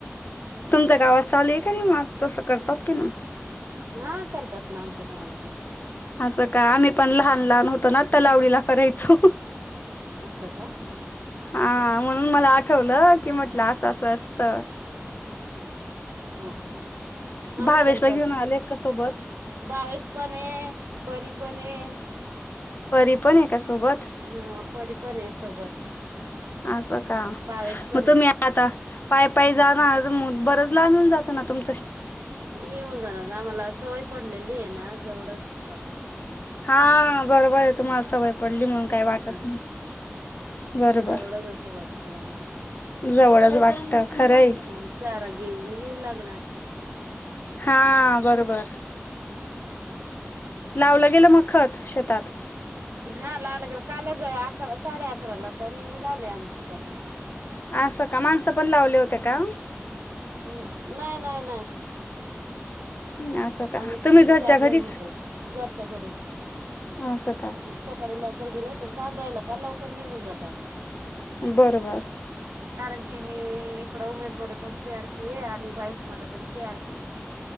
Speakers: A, on the left; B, on the right.
A: तुमच्या गावात चालेल री मात तसं करतात की ना
B: हा करतात ना आमच्या गावाला पण
A: असं काय आम्ही पण लहान लहान होतो ना त्या लावडीला करायचो
B: अस का
A: हां, म्हणून मला आठवलं की म्हटलं असं अस असत
B: हो का आम्ही
A: भावेशला
B: पण करतच
A: घेऊन आलेत का सोबत?
B: बावेश पण ये परी पण ये
A: परी पण हाय का सोबत
B: हा परी पण आहे सोबत
A: असं का
B: बावेश पण
A: मग
B: आहे
A: तुम्ही आता पाय पाय जाणार बरच लांबऊन जात ना तुम
B: येऊन जाणार ना मला सवय पडलेली आहे ना जवडच वाट
A: हा बरोबर आहे तुम्हाला सवय पडली म्हणून काही वाटत
B: हा
A: नाही बरोबर.
B: जवळच असं वाटतं आम्हाला काही
A: जवळच वाटत खरंय
B: हा चारा घेऊन येऊन लागणार
A: हा बरोबर लावलं गेलं मग खत शेतात
B: हा लावल गेलं कालच अकरा साडे अकराला तर निघून आले आम्ही शेतातून
A: असं का माणसं पण लावले होते का
B: नाही नाही नाही
A: हम्म, असं का
B: आम्ही
A: तुम्ही
B: तीन
A: घरच्या
B: चार
A: घरीच
B: जण होते घरच्या घरीच
A: असं का
B: सकाळी लवकर गेले होते काम राहिलं का लवकर निघून जातात.
A: बरोबर
B: कारण की मी इकड उमेदमध्ये पण सी आर पी ये आणि बाईक मध्ये पण सी आर पी